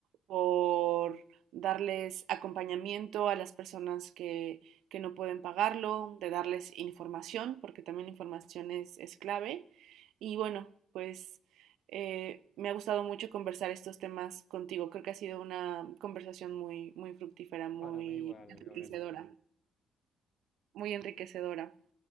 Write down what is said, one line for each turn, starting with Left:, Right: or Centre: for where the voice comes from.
Right: por darles acompañamiento a las personas que, que no pueden pagarlo, de darles información, porque también la información es, es clave. Y bueno, pues eh, me ha gustado mucho conversar estos temas contigo. Creo que ha sido una conversación muy, muy fructífera, muy
Left: Para mí igual,
Right: enriquecedora,
Left: Gabriela.
Right: muy enriquecedora.